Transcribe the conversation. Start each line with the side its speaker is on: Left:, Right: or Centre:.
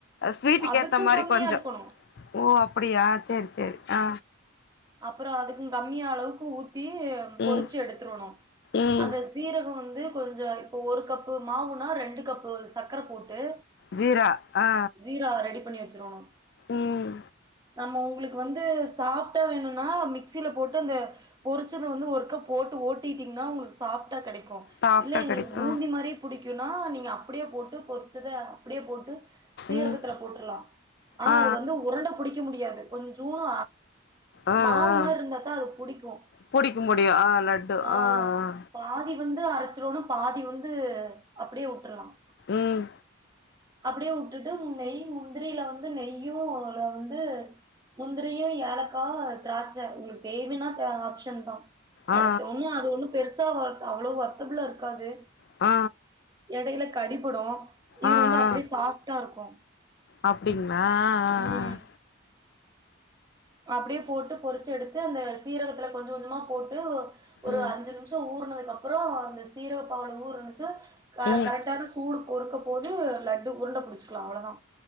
Left: ஸ்வீட்டுக்கு
Right: அதுக்கு
Left: ஏத்த மாதிரி
Right: கம்மியா
Left: கொஞ்சம்
Right: இருக்கணு
Left: ஓ அப்டியா சேரி சேரி ஆ
Right: அப்றோ அதுக்கு கம்மியா அளவுக்கு ஊத்தி பொறிச்சு
Left: ம்
Right: எடுத்துரணும்
Left: ம்
Right: அந்த சீரகம் வந்து கொஞ்சம் இப்போ ஒரு கப்பு மாவுனா ரெண்டு கப்பு சக்கரை போட்டு
Left: ஜீரா ஆ
Right: ஜீரா வ ரெடி பண்ணி வச்சுரணு
Left: ம்
Right: நாம்ம உங்களுக்கு வந்து சாஃப்டா வேணும்னா மிக்சியில போட்டு அந்த பொரிச்சத வந்து ஒரு கப் போட்டு ஓட்டிட்டீங்கன்னா ஓங்களுக்கு சாப்டா கெடைக் க்கு
Left: சாஃப்டா
Right: இல்ல எங்களுக்கு
Left: கெடைக்கு
Right: பூந்தி மாரியே புடிக்கும்னா நீங்க அப் அப்படியே போட்டு பொறிச்சத அப்படியே போட்டு சீரகத்துல
Left: ம்
Right: போட்டுலாம் ஆனா
Left: ஆ
Right: அது வந்து உருண்ட புடிக்க முடியாது கொஞ்சோன்னு
Left: ஆ
Right: மாவு
Left: ஆ ஆ
Right: மாரி இருந்தாதான் அது புடிக்கும்
Left: புடிக்க முடியு ஆ லட்டு
Right: ஆ
Left: ஆ
Right: பாதி வந்து அரைச்சிரோன்னு பாதி வந்து அப்டியே விட்டுரலாம்
Left: ம்
Right: அப்டியே விட்டுட்டு நெய் முந்திரியில வந்து நெய்யும் வந்து முந்திரியும் ஏலக் திராட்சை உங்களுக்கு தேவைனா ஆப்ஷன் தான்
Left: ஆ
Right: அது ஒண்ண அது ஒண்ணும் பெருசு ப்போ ஒர்த் அவ்ளவு ஓர்த்தப்புள்ள இருக்காது
Left: ஆ
Right: இடையில கடிபடும் இது
Left: ஆ
Right: வந்து அப்டியே
Left: ஆ
Right: சாஃப்டா இருக்கும்
Left: அப்டிங்களா ஆ ஆ
Right: உம்
Left: ஆ
Right: அப்டியே போட்டு பொறிச்சு எடுத்து அந்த சீரகத்துல கொஞ்சம் கொஞ்சமா போட்டு ஒரு
Left: ம்
Right: அஞ்சு நிமிஷம் கொஞ்சோ ஊறனதுக்கு அப்றோ அந்த சீரக பாலுல ஊறுச்ச
Left: ம்
Right: கரெக்டான சூடு ஒருக்க போது லட்டு உருண்ட புடிச்சக்கலாம் அவ்ளோதா